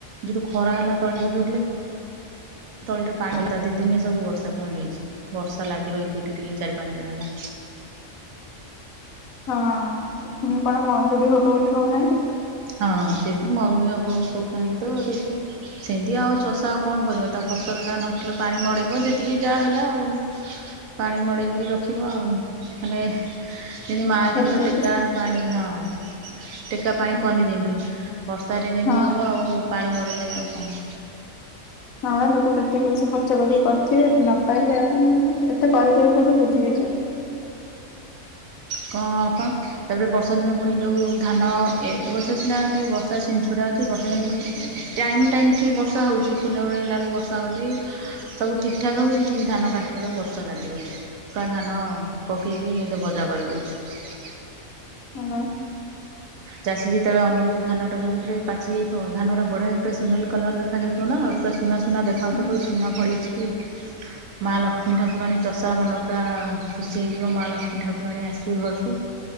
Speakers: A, on the right; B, on the left.
A: ଯଉଠୁ ଖରା ହେଲା ତଳି ପକେଇଥିଲେ ତଳିରେ ପାଣି ଦି ଦିିନ ସବୁ ବର୍ଷା ପୁଣି ହୋଇଛି ବର୍ଷା ଲାଗି ରହିଛି ଏଇଠି ଟିକେ ଚାରି ପାଣି ଦେ ଗଲା
B: ହଁ ପୁଣି କଣ ମରୁଡ଼ି ହେବ ବୋଲି କହୁନାହାନ୍ତି।
A: ହଁ ସେଇଥିୁ ମରୁଡ଼ି ହବ କହୁଛନ୍ତି ତ ଦେଖିବା ସେମିତି ଆଉ ଚଷା ଆଉ କଣ କରିବ ତା ଫସଲଟା ନଷ୍ଟଲେ ପାଣି ମଡ଼େଇବ ଯେତିକି ଯାହା ହେଲା ଆଉ। ପାଣି ମଡ଼େଇକି ରଖିବ ଆଉ ହେଲେ ଯେମିତି ମା
B: ହେଲେ
A: କ୍ଷୀର
B: ଯେତେ
A: ଟେକା ପାଣି ହଁ ଟେକା ପା
B: ହୁଁ,
A: କୁହନ୍ତିି ଯେମିତି ବର୍ଷାରେ ଯେମିତି
B: ହଁ ହଁ
A: ହେବ ଆଉ ପାଣି ମଡେଇଲେ ଆଉ କଣ?
B: ହଁ ଲୋକ କେତେ ପଇସା ଖର୍ଚ୍ଚ କରିକି କରିଥିବେ ନ ପାଇଲେ ଏତେ କରଜ ଯୁ କୋଉଠି ଶୁଜିିବେ ଯେ
A: କ ଅପା ତାପରେ ବର୍ଷା ଦିନ ପୁଣି ଯେଉଁ ଧାନ ଏ ବର୍ଷା ସିନା ଟିକେ ବର୍ଷା ସିଞ୍ଚୁଡ଼ା ଠିକ ବର୍ଷାଲେ ପୁଣି ଟାଇମ କୁ ଟାଇମ୍ ଠିକ୍ ବର୍ଷା ହେଉଛି ଫୁଲ ବୁଳେଇଲା ବେଳକୁ ବର୍ଷା ହେଉଛି ସବୁ ଠିକ୍ ଠାକ୍ ହେଉଛି ଠିକ ଧାନ କାଟିଲା ବେଳକୁ ବର୍ଷା ଲାଗି ରହୁଛି। ପୁରା ଧାନ ପକେଇକି ଗଜା କରିଦେଉଛି।
B: କଣ ପାଇଁ?
A: ଚାଷୀ ଯେତେବେଳେ ଅନଉଛି ଧାନଟାକୁ ଯେତେବେଳେ ପାଚି ଯାଇଥିବ ଧାନର ବଢ଼ିଆ ପୁରା ସୁନେଲି କଲର ଦେଖାଯାଉ ଥିବ ନା ପୁରା ସୁନା ସୁନା ଦେଖାଯାଉ
B: ହୁଁ,
A: ଥିବ କହିବ ସୁନା ଫଳିଛି ମା ଲକ୍ଷ୍ମୀ ଠାକୁରାଣୀ ଚଷା ମନ ପୂରା ଖୁସି ହେଇଯିବ ମା ଲକ୍ଷ୍ମୀ ଠାକୁରାଣୀ ଆସିବେ ଘରକୁ